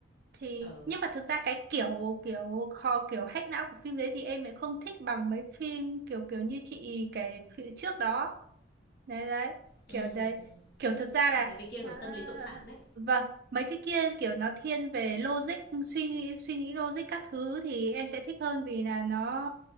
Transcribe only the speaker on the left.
Ờ.
Ừm,
ừm.
Mấy cái kia
của tâm lý tội phạm đấy.